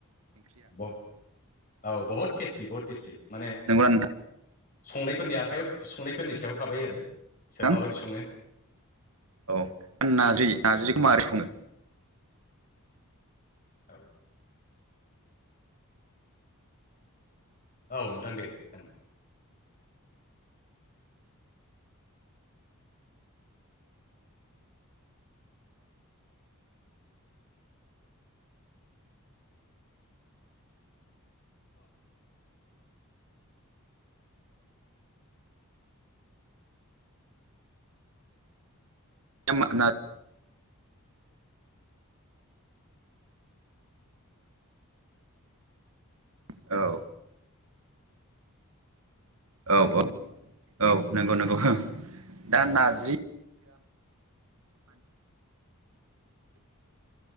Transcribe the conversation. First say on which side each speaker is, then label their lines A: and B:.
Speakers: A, on the left (about 40°); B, on the right (about 70°).
A: बहत औ बहुत टेस्टि बहुत टेस्टि माने
B: नंगौना
A: संनायफोरनि आखायाव संनायफोरनि सायाव थाबाय आरो
B: नोंथां
A: सोर माबायदि सङो।
B: औ नाज्रि नाज्रिखौ मारै सङो?
A: औ औ नोंथां दे थां
B: <unintelligible> औ औ औ औ नोंगौ नोंगौ हो दा नार्जि